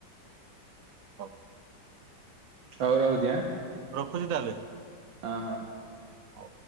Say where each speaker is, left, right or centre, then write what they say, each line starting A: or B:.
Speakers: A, on the right (about 55°); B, on the right (about 75°).
A: ହଉ
B: ହଉ ରହୁଛିି ଆଁ।
A: ରଖୁଛି ତାହେଲେ।
B: ହଁ ହଁ।
A: ହଉ।